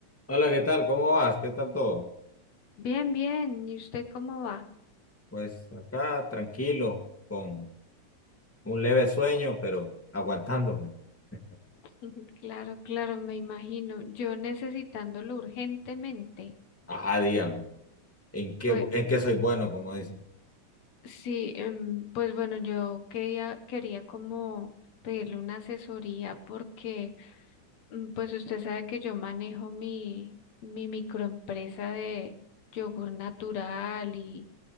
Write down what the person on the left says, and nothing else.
Bien, bien. ¿Y usted cómo va?
<laughs> Claro, claro, me imagino. Yo necesitándolo urgentemente.
Pues
sí, em, pues bueno, yo quería, quería como pedirle una asesoría porque mm, pues usted sabe que yo manejo mi, mi microempresa de yogur natural y